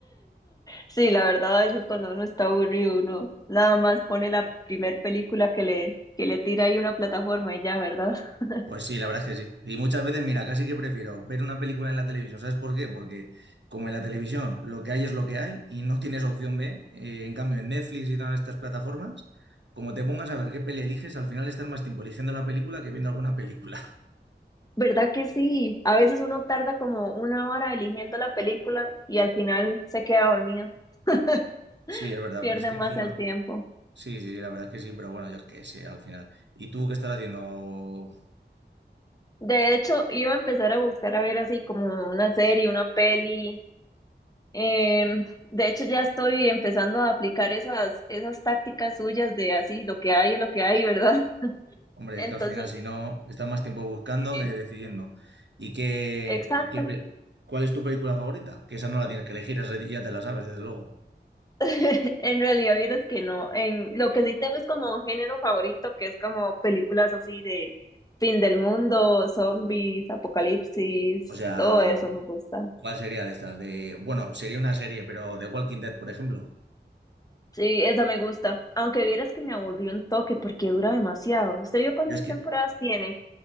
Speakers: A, on the left (about 20°); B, on the right (about 75°).
A: Sí, la verdad, a veces cuando uno está aburrido, uno nada más pone la primer película que le, que le tira ahí una plataforma y ya, ¿verdad? <laughs>
B: Pues sí, la verdad es que sí. Y muchas veces, mira, casi que prefiero ver una película en la televisión. ¿Sabes por qué? Porque como en la televisión lo que hay es lo que hay y no tienes opción B, eh, en cambio en Netflix y todas estas plataformas, como te pongas a ver qué peli eliges, al final estás más tiempo eligiendo la película que viendo alguna película. <laughs>
A: ¿Verdad que sí? A veces uno tarda como una hora eligiendo la película y al final se queda dormido. <gasps>
B: Sí,
A: <laughs>
B: es verdad,
A: Pierde
B: pero es que
A: más
B: encima...
A: el tiempo.
B: Sí, sí, sí, la verdad es que sí, pero bueno, yo qué sé, al final. ¿Y tú qué estás haciendo?
A: De hecho, iba a empezar a buscar a ver así como una serie, una peli Em, de hecho, ya estoy empezando a aplicar esas, esas tácticas suyas de así, lo que hay es lo que hay, ¿verdad? <laughs>
B: Hombre,
A: Entonces,
B: es que al final, si no, estás más tiempo buscando
A: eh,
B: que decidiendo. ¿Y qué,
A: exacto.
B: y qué, pe- cuál es tu película favorita? Que esa no la tienes que elegir, esa ya te la sabes, desde luego.
A: <laughs> En realidad, vieras que no. En, lo que sí tengo es como un género favorito, que es como películas así de fin del mundo, zombies, apocalipsis,
B: O sea,
A: todo eso me gusta.
B: ¿cuál sería de estas? De, bueno, sería una serie, pero de Walking Dead, por ejemplo.
A: Sí, esa me gusta. Aunque vieras que me aburrió un toque porque dura demasiado. ¿Usted vio cuántas
B: Yo es que,
A: temporadas tiene?